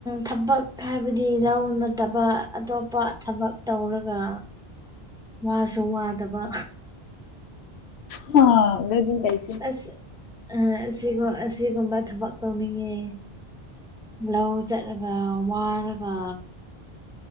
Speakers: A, in the centre; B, on the left.
A: ꯊꯕꯛ ꯍꯥꯏꯕꯗꯤ ꯂꯧꯅꯠꯇꯕ ꯑꯇꯣꯞꯄ ꯊꯕꯛ ꯇꯧꯔꯒ ꯋꯥꯁꯨ ꯋꯥꯗꯕ
B: ꯍꯥ ꯒꯔꯤ ꯂꯩ
A: ꯑꯁ ꯑ ꯑꯁꯤ ꯑꯁꯤꯒꯨꯝꯕ ꯊꯕꯛ ꯇꯧꯅꯤꯡꯉꯦ ꯂꯧ ꯆꯠꯂꯒ ꯋꯥꯔꯒ